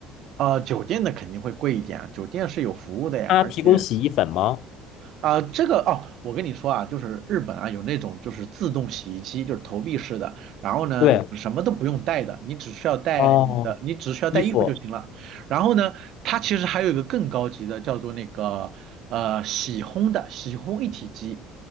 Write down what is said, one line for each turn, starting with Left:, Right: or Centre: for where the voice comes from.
Right: 呃，酒店的肯定会贵一点啊，酒店是有服务的呀，
Left: 他提供洗衣粉吗？
Right: 而且啊、这个哦，我跟你说啊，就是日本啊有那种就是自动洗衣机，就是投币式的，然后呢，
Left: 对，
Right: 你什么都不用带的，你只需要带你的，
Left: 哦，
Right: 你只需要带衣服就行了。
Left: 衣服，
Right: 然后呢，它其实还有一个更高级的，叫做那个呃洗烘的洗烘一体机。